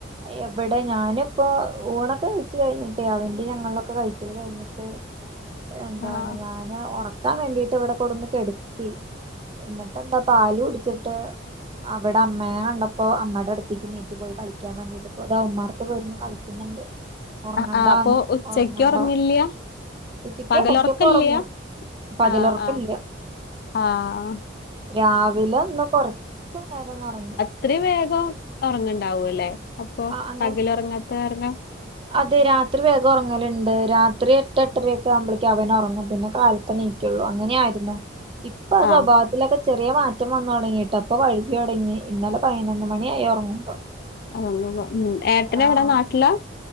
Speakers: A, on the right; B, on the left.
A: എവിടെ ഞാനിപ്പോ ഊണൊക്കെ കഴിച്ചു കഴിഞ്ഞിട്ട് അവന്റെ ഞങ്ങളിലൊക്കെ കഴിക്കല് കഴിഞ്ഞിട്ട് എന്നട്ട് എന്താണ്
B: ആഹ്
A: ഞാന് ഉറക്കാൻ വേണ്ടീട്ട് ഇവിടെ കൊണ്ടൊന്ന് കെടുത്തി എന്നിട്ട് എന്താ പാല് കുടിച്ചിട്ട് അവിടെ അമ്മയെ കണ്ടപ്പോ അമ്മയുടെ അടുത്തേക്ക് ണീറ്റ് പോയി കളിക്ക കളിക്കാൻ വേണ്ടീയിട്ട് ഇപ്പോ ഇതാ ഉമ്മറത്ത് പോയിരുന്നു കളിക്കുന്നുണ്ട് ഉറങ്ങണ്ടാന്ന്
B: ആഹ് ആഹ് അപ്പൊ ഉച്ചക്ക്
A: ഉറങ്ങണ്ട
B: ഉറങ്ങില്ല
A: ഉച്ചയ്ക്ക്
B: പകലുറക്കില്ല
A: ഇടയ്ക്കൊക്കെ ഉറങ്ങും പകലുറക്കമില്ല
B: ആഹ് ആഹ് ആഹ്
A: രാവിലെ ഒന്ന് കൊറച്ച് നേരമൊന്ന് ഉറങ്ങി
B: ഇത്രയും വേഗം ഉറങ്ങണ്ടാവും അല്ലേ അപ്പൊ
A: ആഹ് അങ്ങനെ
B: പകൽ ഉറങ്ങാത്ത കാരണം
A: അതെ രാത്രി വേഗം ഉറങ്ങലുണ്ട് രാത്രി എട്ട് എട്ടര ഒക്കെ ആവുമ്പഴേക്ക് അവന് ഉറങ്ങും പിന്നെ കാല ത്തെണീക്കുള്ളൂ അങ്ങനെയാരുന്നു ഇപ്പൊ ആ സ്വഭാവ
B: ആഹ്
A: ഇതിലൊക്കെ ചെറിയ മാറ്റം വന്നു തുടങ്ങിയിട്ട് ഇപ്പൊ വൈകി തുടങ്ങി ഇന്നലെ പതിനൊന്ന് മണി ആയി ഉറങ്ങുമ്പോ
B: അങ്ങനെ മ്മ് ഏട്ടന്
A: ആഹ്
B: എവിടാ നാട്ടിലാ